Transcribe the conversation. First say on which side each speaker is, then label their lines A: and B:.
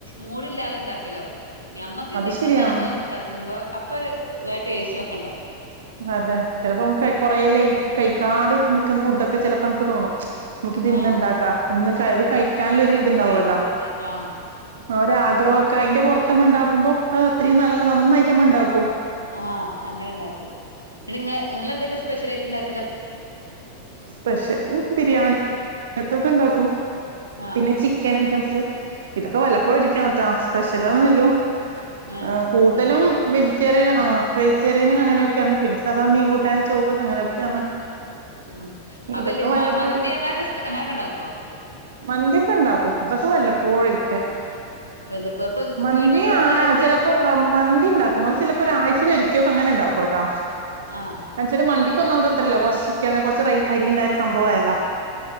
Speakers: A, on the right; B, on the right.
A: മൂടില്ലാതെ ഉണ്ടാക്കലാവും നമ്മക്ക്
B: അത്
A: എന്തേലും
B: ശരിയാണ്
A: തിന്നണം തോന്നി ഉണ്ടാക്കുമ്പോ അപ്പൊരു വേ ടേസ്റ്റാ ക്കെണ്ടാവും
B: അതെ ചെലപ്പോ നമുക്ക് കുറേ ലേ കൈക്കാണ്ട് നിക്കുന്ന ഫുഡൊക്കെ ചെലപ്പോ നമുക്ക് തോന്നും. നമുക്കിത് ഇന്ന്ണ്ടാക്കാ
A: ആഹ്
B: ഇന്ന് കയത് കഴി ക്കാനുള്ളൊരുത്ണ്ടാവല്ലോ
A: കഴി ആഹ്
B: ഒരാഗ്രഹൊക്കെ ഐൻ്റെ പൊർത്ത് നമുണ്ടാക്കാ മ്പ അത് അത്രയും നല്ല നന്നായിട്ടമ്മ ഉണ്ടാക്കും
A: ആഹ് അങ്ങനെണ്ടാ ന്നട്ട് ങ്ങൾ ന്ന് ന്തൊക്കെ സ്പെഷ്യലായിട്ട് ണ്ടാക്ക്
B: സ്പെഷ്യല് ബിരിയാ ങ്ങത്തൊക്കെ ണ്ടാക്കും
A: ആഹ്
B: പിന്നെ ചിക്കൻ ഐറ്റംസ് ഇതൊക്കെ വല്ലപ്പോഴും ഒരിക്കെ ആണുട്ടാ സ്‌പെഷ് ഹലോ ഹലോ
A: ആഹ്
B: ആ കൂടുതലും
A: അല്ല വല്ലപ്പോഴും
B: വെജിറ്റേറിയൻ
A: ഉം
B: ആ ഫ്രൈ ചെറിയ മീന് അങ്ങനൊക്കെയാണ് പിന്നെ സാധാ മീൻകൂട്ടാൻ ചോറ് അങ്ങനെയൊക്കെയാന്ന്.
A: ഉം അപ്പൊ
B: ഇതൊക്കെ വല്ലപ്പോഴാരിക്കും
A: മന്തി അങ്ങനൊക്കെ അങ്ങനൊക്കെ ഉണ്ടാക്കോ
B: മന്തിയൊക്കെണ്ടാക്കും അതൊക്കെ വല്ല <unintelligible>
A: വല്ലപ്പോ ഇപ്പൊ
B: മന്തി
A: വീട്ടില്
B: ആ
A: പറഞ്ഞാല്
B: ചിലപ്പോ മന്തി ഇണ്ടാക്കും അ ചിലപ്പോ ഒരാഴ് ച്ചേൽ ഒരിക്കക്കേ അങ്ങനെ ഉണ്ടാക്കൂട്ടോ.
A: ആഹ്
B: <unintelligible> മന്തി ക്കൊന്നാമതത്രല്ല കൊർച് ചിക്കൻ കൊർച്ച് റൈ അരിയുണ്ടായൊരു സംഭവായല്ലോ